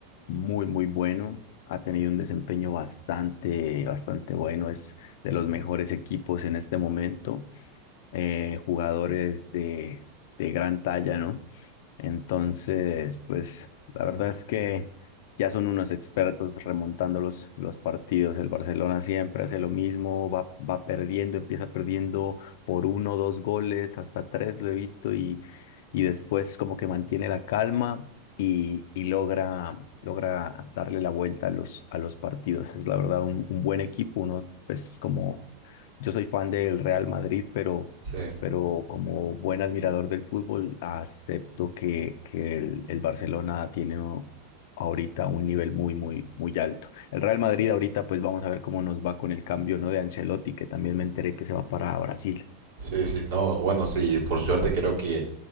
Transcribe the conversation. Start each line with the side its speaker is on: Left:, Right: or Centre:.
Left: muy, muy bueno, ha tenido un desempeño bastante, bastante bueno, es de los mejores equipos en este momento, eh, jugadores de, de gran talla, ¿no? Entonces, pues la verdad es que ya son unos expertos remontando los, los partidos. El Barcelona siempre hace lo mismo, va, va perdiendo, empieza perdiendo por uno, dos goles, hasta tres lo he visto y, y después como que mantiene la calma y, y logra, logra darle la vuelta a los, a los partidos. Es la verdad un, un buen equipo, uno pues como yo soy fan del Real Madrid, pero
Right: Sí,
Left: pero como buen admirador del fútbol, acepto que, que el, el Barcelona tiene o- ahorita un nivel muy, muy, muy alto. El Real Madrid ahorita, pues vamos a ver cómo nos va con el cambio, ¿no? de Ancelotti, que también me enteré que se va para Brasil.
Right: sí, sí, no, bueno, sí, por suerte creo que